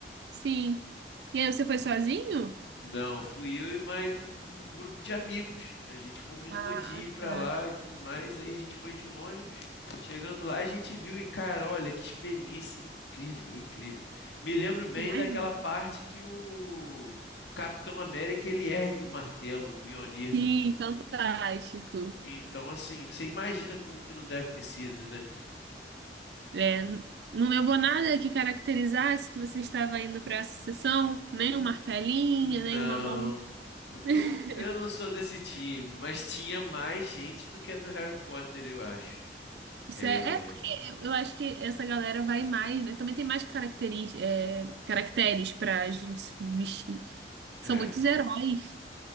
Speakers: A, on the right; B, on the left.
A: sim. E aí, você foi sozinho?
B: Não, fui eu e mais um, um grupo de amigos. A gente combinou
A: Ah,
B: de ir pra
A: tá.
B: lá e tudo mais. Aí a gente foi de ônibus. Chegando lá, a gente viu e, cara, olha que experiência incrível, incrível. Me lembro bem
A: Imagino.
B: daquela parte que o Capitão América ele ergue o martelo, o Mjolnir do...
A: Sim, fantástico.
B: Então, assim, você imagina como que não deve ter sido, né?
A: É, n- não levou nada que caracterizasse que você estava indo para essa sessão, nem
B: Hum,
A: um martelinho, nem
B: Não,
A: uma mão.
B: não,
A: <laughs>
B: eu não sou desse time, mas tinha mais gente do que a do Harry Potter, eu acho.
A: Isso
B: É,
A: É é porque eu eu acho que essa galera vai mais, né? Também tem mais caracteris, é, caracteres pra gente se vestir.
B: É.
A: São muitos heróis.